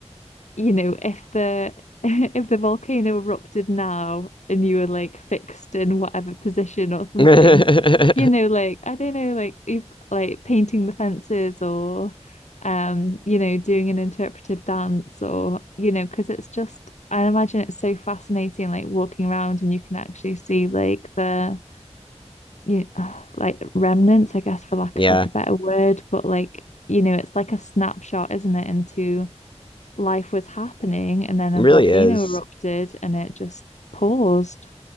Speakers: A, on the left; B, on the left.
A: you know, if the <laughs> if the volcano erupted now and you were like fixed in whatever position or something,
B: <laughs>
A: you know, like I don't know, like you like painting the fences or um, you know, doing an interpretive dance or, you know, because it's just I imagine it's so fascinating, like walking around and you can actually see like the you know, like remnants, I guess, for lack
B: Yeah,
A: of like
B: it
A: a better word, but like, you know, it's like a snapshot, isn't it, into life was happening and then
B: really
A: a volcano
B: is.
A: erupted and it just paused.